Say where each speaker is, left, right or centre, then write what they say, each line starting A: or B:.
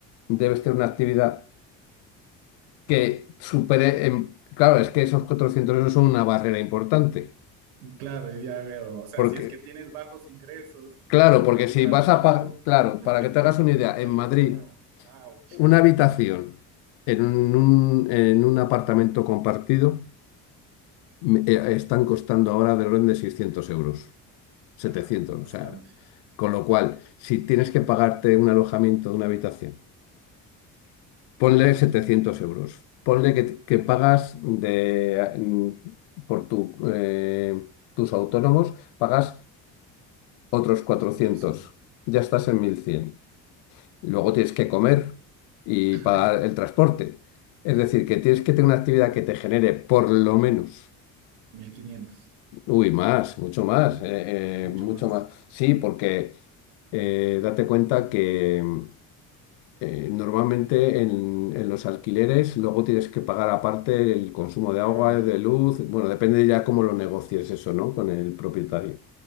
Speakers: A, on the left (about 70°); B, on the right (about 85°).
A: debes tener una actividad que supere... en- Claro, es que esos 400 euros son una barrera importante.
B: Claro, ya veo. O sea,
A: Porque,
B: si es que tienes bajos ingresos
A: claro,
B: o
A: porque
B: facturas
A: si vas
B: poco,
A: a pagar, claro,
B: <laughs>
A: para que te hagas una idea,
B: igual
A: en Madrid,
B: te cobran. Ouch.
A: una habitación en un,
B: Sí,
A: en un apartamento compartido me- eh, están costando ahora del orden de 600 euros,
B: ah,
A: 700,
B: bastante.
A: o sea, con lo cual, si tienes que pagarte un alojamiento de una habitación, ponle 700 euros, ponle que, que pagas de, mm, por tu, eh, tus autónomos, pagas otros 400,
B: Los cuatrocientos.
A: ya estás
B: Ajá,
A: en mil cien Luego
B: sí.
A: tienes que comer y
B: <laughs>
A: pagar el transporte. Es decir, que tienes que tener una actividad que te genere por lo menos.
B: 1500.
A: Uy, más, mucho más, eh,
B: mucho
A: eh, mucho
B: más.
A: más. Sí, porque eh, date cuenta que mm, eh, normalmente en, en los alquileres luego tienes que pagar aparte el consumo de agua,
B: Ah,
A: de luz, bueno, depende ya cómo lo negocies eso, ¿no? Con el propietario.